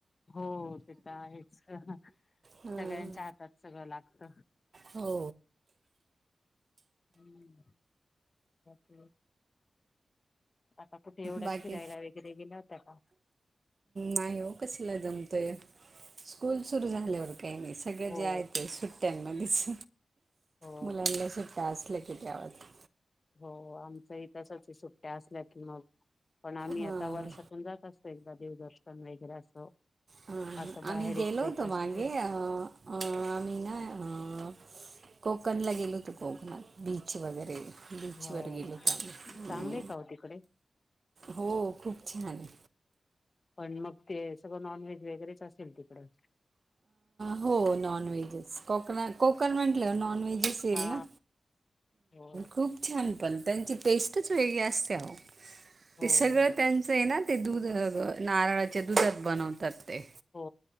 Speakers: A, on the left; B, on the right.
A: हो ते तर आहे सगळ्यांच्या
B: हां
A: हातात सगळं लागत
B: हो
A: हम्म ते आता कुठे एवढ्याच
B: बाकी
A: फिरायला वगैरे गेल्या होता का
B: नाही हो कसला जमतोय स्कूल सुरू झाल्यावर काही नाही सगळं
A: हो
B: जे आहे ते सुट त्यांना दिस
A: हो
B: मुलांना सुट्टा असलं कीतीवत
A: हो आमच इ तसाच सुट्ट्या असल्या की मग पण आम्ही
B: हां
A: आता वर्षातून जात असतो एकदा देव दर्शन वगैरे असं
B: हां
A: असं बाहेर
B: आम्ही
A: एक
B: गेलो
A: ट्रिप
B: होतो
A: असते
B: मागे आम्ही ना कोकणला गेलोतो कोकणात बीच वगैरे बीच
A: हो.
B: वर गेलो होतो आम्ही,
A: चांगले का हो तिकडे
B: हो खूप छान आहे.
A: पण मग ते सगळं नॉनव्हेज वगैरेच असेल तिकडं?
B: हो नॉनव्हेज च कोकणात कोकनं म्हटल्यावर नॉनव्हेज येईल
A: हा
B: ना!
A: हो
B: खूप छान पण त्यांची टेस्टच वेगळी असते ओ
A: हो
B: ते सगळं त्यांच आहे ना ते दूध नारळाच्या दुधात बनवतात ते.
A: हो!